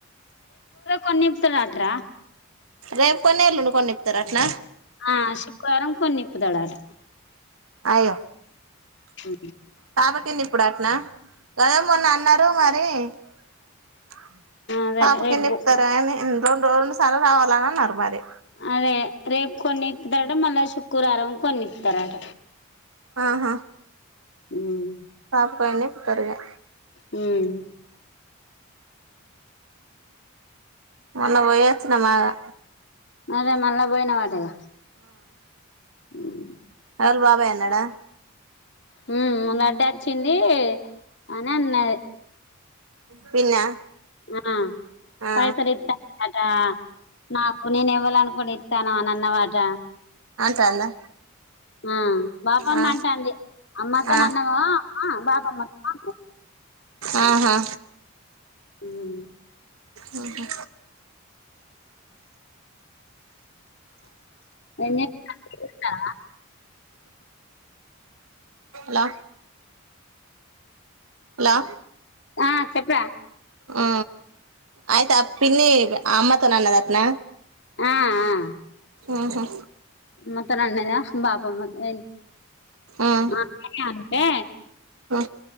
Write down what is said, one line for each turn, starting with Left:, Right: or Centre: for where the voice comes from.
Left: కొన్నిప్పుతుర్రట్రా
Right: రేపు కొన్ని ఎల్లుండి కొన్ని ఇప్తారట్న
Left: ఆ శుక్రారం కొన్నిప్పుతాడట
Right: అయ్యో
Left: మ్హ్
Right: తావకింది ఇప్పుడు అట్నా గదే మొన్న అన్నరు మరి <unintelligible> <unintelligible>
Left: అదే రేపు పో
Right: రెండు రోజుల శెలవు రావాల <unintelligible> అన్నరు మరి
Left: అదే రేపు కొన్ని ఇప్పుతారట మళ్ళ శుక్రారం కొన్ని ఇప్పుతారట
Right: ఆహా
Left: హ్మ్
Right: <unintelligible> త్వరగా
Left: హ్మ్
Right: మొన్న పోయచ్చినమాగా
Left: అదే మళ్ళ పోయినా వటగా హ్మ్
Right: ఎవరు బాబాయ్ అన్నాడా
Left: హ్మ్ లడ్డొచ్చింది అని అన్నది
Right: పిన్నా
Left: ఆ
Right: ఆ
Left: పైసల్ ఇస్తాండట నాకు నేను ఎవ్వలనుకోని ఇత్తానని అన్నవట
Right: అంటాందా
Left: ఆ బాపమ్మ
Right: ఆ
Left: అంటాంది అమ్మతోనన్నవా
Right: ఆ
Left: అమ్మా బాపమ్మతోనా
Right: ఆహా
Left: హ్మ్
Right: ఊహూ
Left: ఎన్ని <unintelligible> ఇత్తావ
Right: హలో హలో
Left: ఆ చెప్పరా
Right: ఆ అయితే ఆ పిన్ని అమ్మతోన అన్నది అట్న
Left: ఆ ఆ
Right: ఆహా
Left: మ అత్త నన్నద బాప్ మహమ్మద్ అలీ
Right: ఉమ్
Left: ఆ ఐతే అంతే
Right: ఉ